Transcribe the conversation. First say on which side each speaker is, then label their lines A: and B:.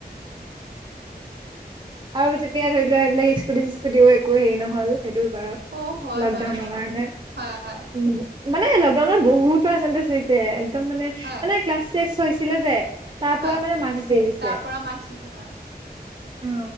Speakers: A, on the right (about 30°); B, on the right (about 75°).
A: আৰু তেতিয়া ধৰি লোৱা এইবিলাক স্কুটি চিস্কুটিও একো হেৰি নহল। সেইটো বাৰত,
B: অ হয়
A: লকডাউনৰ
B: হয় হয়
A: কাৰণে
B: হয় হয়
A: উম। মানে লকডাউন বহুত পাৰ্চেণ্টেজ হৈছে, একদম মানে
B: হয়
A: মানে ক্লাছ টেষ্ট হৈছিলে যে তাৰ
B: হয়
A: পৰা মানে মাকস দেৰি দিছে।
B: তাৰ পৰা মাৰ্কচ দিছে হয়
A: অ,